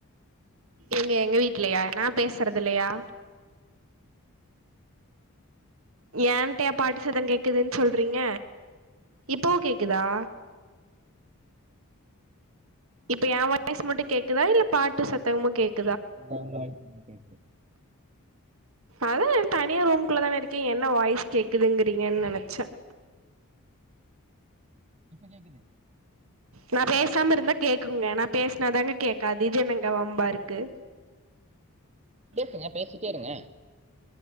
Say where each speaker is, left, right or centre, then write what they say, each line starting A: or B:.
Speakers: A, on the right (about 70°); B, on the right (about 30°).
A: எங்க எங்க வீட்டுலையா நான் பேசுறது இல்லையா ஏன்ட்டைய பாட்டு சத்தம் கேக் கேக்குதுன்னு சொல்றீங்க இப்பவும் கேக்குதா இப்ப என் வாய்சு மட்டும் கேக்குதா இல்ல பாட்டு சத் தம்மு கேக்
B: <unintelligible> கேக்குது
A: அதான் நான் தனியா ரூம்கள்ள தானே இருக்கேன் என்ன வாய்ஸ் கேக்குதுங்கறீங்கன்னு நெனைச்சேன்
B: இப்ப கேக்குது
A: நான் பேசாம இருந்தா கேக்குங்க நான் பேசுனாதாங்க கேக்காது இது என்னங்க வம்பா இருக்கு
B: பேசுங்க பேசிட்டே இருங்க